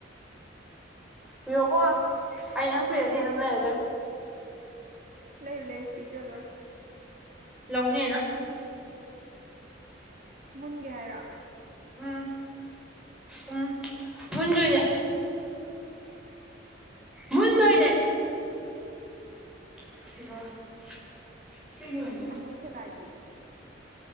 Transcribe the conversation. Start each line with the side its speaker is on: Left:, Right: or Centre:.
Centre: ꯄꯤꯔꯣꯀꯣ ꯑꯩ ꯅꯪ ꯄꯤꯔꯅꯤ ꯑꯗꯨꯝ ꯂꯩꯔꯗꯣꯏ
Right: ꯂꯩꯌꯨ ꯂꯩꯌꯨ ꯄꯤꯗ꯭ꯔ ꯂꯣꯏ
Centre: ꯂꯥꯎꯅꯤꯅ
Right: ꯃꯨꯟꯒꯦ ꯍꯥꯏꯔꯣ
Centre: ꯎꯝ ꯎꯝ ꯃꯟꯖꯨꯗꯦ ꯃꯟꯗꯣꯏꯅꯦ <unintelligible>
Right: ꯊꯃꯣꯏ ꯁꯦꯒꯥꯏꯕꯤ